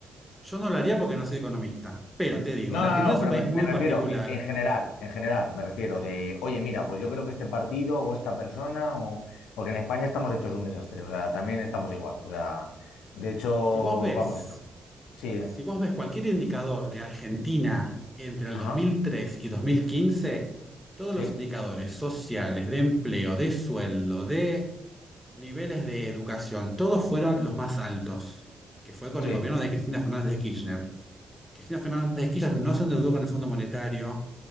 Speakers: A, in the centre; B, on the left.
A: yo no lo haría porque no soy economista. Pero te digo,
B: No,
A: la
B: no,
A: Argentina
B: no,
A: es
B: pero
A: un país
B: me,
A: muy
B: me refiero
A: particular.
B: en, en general, en general, me refiero de, oye, mira, pues yo creo que este partido o esta persona, o porque en España estamos hechos un desastre, o sea, también estamos igual, o sea, de hecho,
A: Si vos ves,
B: vamos, esta- sí, dime,
A: si vos ves cualquier indicador de Argentina entre el
B: ajá,
A: dos mil tres y 2015, todos
B: sí,
A: los indicadores sociales, de empleo, de sueldo, de niveles de educación, todos fueron los más altos, que fue con
B: sí,
A: el gobierno de Cristina Fernández de Kirchner. Cristina Fernández de Kirchner no se endeudó con el Fondo Monetario,